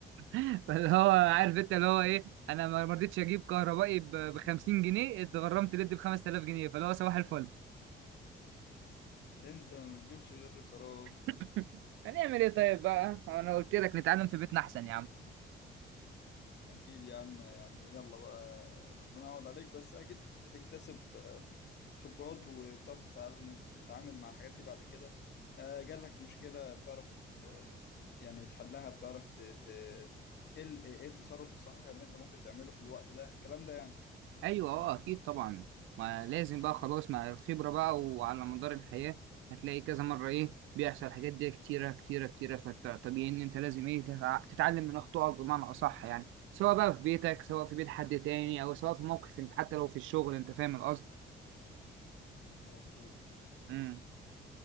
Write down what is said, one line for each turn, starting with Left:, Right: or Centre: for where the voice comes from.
Right: <laughs> فاللي هو عارف انت اللي هو ايه انا ما ما رضيتش اجيب كهربائي ب 50 جنيه اتغرمت ليد ب 5000 جنيه فاللي هو صباح الفل
Left: انت ما بتجيبش غير الخراب
Right: <laughs> هنعمل ايه طيب بقى انا قلت لك نتعلم في بيتنا احسن يا عم
Left: أكيد يا عم يعني يلا بقى ربنا يعوض عليك بس أكيد بتكتسب آه، خبرات وبتعرف تتعلم تتعامل مع الحاجات دي بعد كده آه، جالك مشكلة بتعرف آه، يعني تحلها بتعرف ت... ت... إيه ال- إيه التصرف الصحيح اللي أنت ممكن تعمله في الوقت ده الكلام ده يعني
Right: ايوه اه اكيد طبعا ما لازم بقى خلاص مع الخبره بقى وعلى مدار الحياه هتلاقي كذا مره ايه بيحصل الحاجات دي كتيره كتيره كتيره فطبيعي ان انت لازم ايه تتع- تتعلم من اخطائك بمعنى اصح يعني سواء بقى في بيتك سواء في بيت حد تاني او سواء في موقف انت حتى لو في الشغل انت فاهم القصد
Left: مظبوط
Right: امم